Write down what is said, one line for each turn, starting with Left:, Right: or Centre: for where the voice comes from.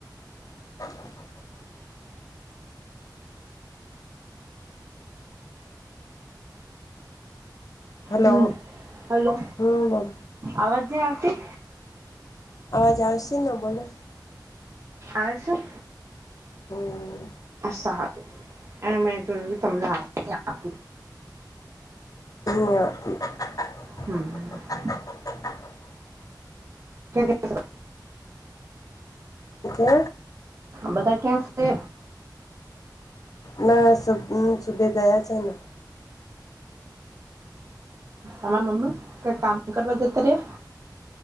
Left: <inaudible> હલો
Right: હમ્મ હલો
Left: હમ
Right: અવાજ ની આવતી
Left: આવાજ આવશે ન બોલો
Right: આવ શું
Left: હમ્મ
Right: સારું એ મેં જોયું તમને્યા
Left: <unintelligible>
Right: હમ્મ.
Left: <inaudible>
Right: ક્યાં
Left: એ
Right: બધા ક્યાં છે.
Left: ના સુબે ગયા છે ને
Right: અમાર મમ્મી કઈ કામ કરવા જતા ર્યા